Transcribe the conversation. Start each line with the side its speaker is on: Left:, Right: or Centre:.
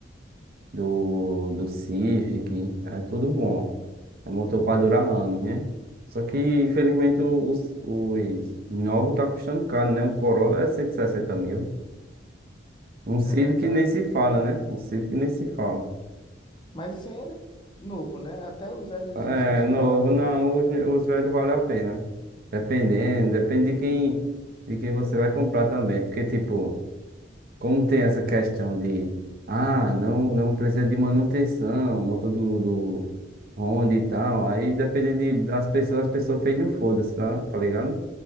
Right: do, do Civic, é tudo bom. Montou para durar anos, né? Só que, infelizmente, os, os novos tá custando caro, né? Um Corolla é 160 mil. Um Civic
Left: é verdade.
Right: nem se fala, né? Um Civic nem se fala.
Left: Mas isso aí era novo, né? Até os velhos,
Right: É,
Left: você acha
Right: novo,
Left: que vale a pena?
Right: não, os, os velhos vale a pena. Dependendo, depende de quem, de quem você vai comprar também. Porque, tipo, como tem essa questão de, ah, não, não precisa de manutenção, motor do, do Honda e tal. Aí, depende de, das pessoas, as pessoas fez um foda-se, tá? Tá ligado?